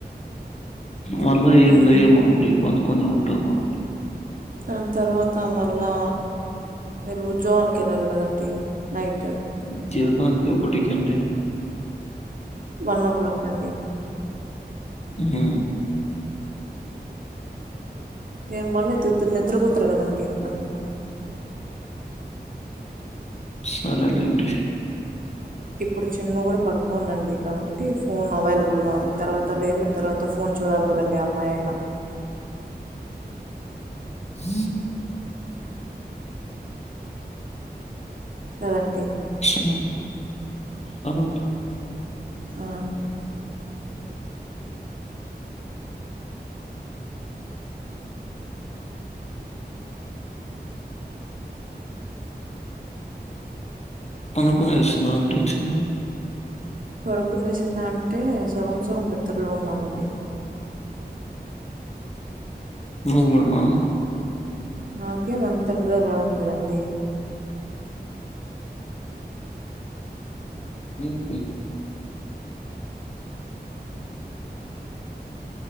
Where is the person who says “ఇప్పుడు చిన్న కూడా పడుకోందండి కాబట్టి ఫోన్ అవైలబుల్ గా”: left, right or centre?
Right